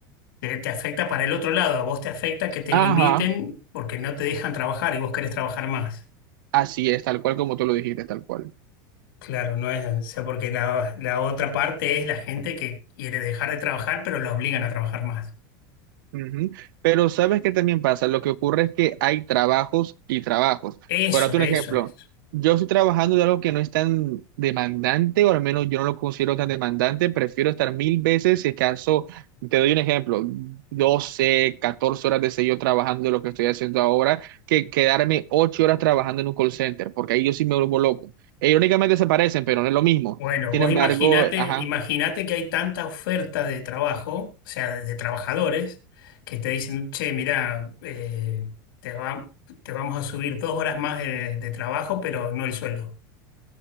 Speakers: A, on the left (about 80°); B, on the right (about 70°).
A: Te, te afecta para el otro lado, a vos te afecta que te
B: Ajá.
A: limiten porque no te dejan trabajar y vos querés trabajar más.
B: Así es, tal cual como tú lo dijiste, tal cual.
A: Claro, no es, o sea, porque la, la otra parte es la gente que quiere dejar de trabajar, pero la obligan a trabajar más.
B: Ujú. Pero sabes qué también pasa, lo que ocurre es que hay trabajos y trabajos.
A: Eso,
B: Por darte un
A: eso
B: ejemplo,
A: es.
B: yo estoy trabajando de algo que no es tan demandante, o al menos yo no lo considero tan demandante, prefiero estar mil veces, si acaso, te doy un ejemplo, 12 14 horas de seguido trabajando de lo que estoy haciendo ahora, que quedarme 8 horas trabajando en un call center, porque ahí yo sí me vuelvo loco. E irónicamente se parecen, pero no es lo mismo.
A: Bueno,
B: Sin
A: vos
B: embargo,
A: imaginate,
B: ajá,
A: imaginate que hay tanta oferta de trabajo, o sea, de, de trabajadores, que te dicen, che, mirá, eh, te va- te vamos a subir dos horas más de de trabajo, pero no el sueldo.